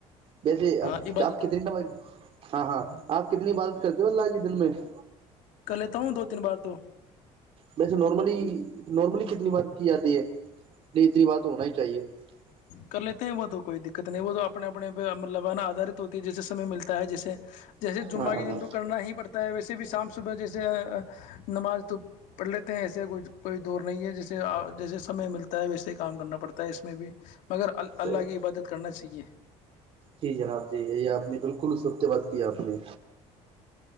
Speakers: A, on the right; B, on the left.
A: ویسے
B: ہاں
A: اب
B: عبادت
A: آپ کتنی ہاں ہاں آپ کتنی عادت کرتے ہو اللہ کی دن میں <unintelligible>
B: کر لیتا ہوں دو تین بار تو
A: ویسے نارملی نارملی کتنی بات کی جاتی ہے نہیں اتنی بات ہونا ہی چاہیے <unintelligible>
B: کر لیتے ہیں وہ تو کوئی دقت نہیں وہ تو اپنے اپنے پہ لبانا آدارت ہوتی ہے جیسے سمے ملتا ہے جیسے جیسے
A: ہاں
B: جمہ کی
A: ہاں
B: دد تو کرنا ہی پڑتا ہے ویسے بھی شام صبح جیسے نماز تو پڑھ لیتے ہیں ایسے کوئی دور نہیں ہے جیسے جیسے سے ملتا <unintelligible> ویسے کام کرنا پڑتا ہے اس میں بھی مگر ال
A: صحیح
B: اللہ
A: ہے
B: کی عبادت کرنا چاہیے
A: جی جناب جی یہی آپ نے بالکل اس ہفتے بات کی آپ نے